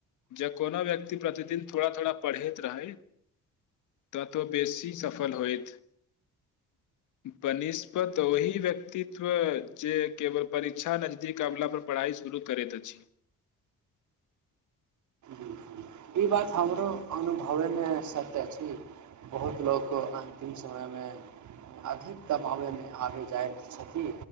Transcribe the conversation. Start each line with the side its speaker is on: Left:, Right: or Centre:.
Left: जँ कोनो व्यक्ति प्रतिदिन थोड़ा थोड़ा पढ़ैत रहथि तऽ तऽ बेसी सफल होथि बनि तऽ ओहिी व्यक्तित्व जे केवल परीक्षा नजदीक अला पर पढ़ाइ शुरू करैत अछि
Right: बिलकुल ई बात हमरो अनुभवयमे सत्य अछि बहुत लोक अन्तिम समयमे अधिक दबाबयमे आबि जाइत छथि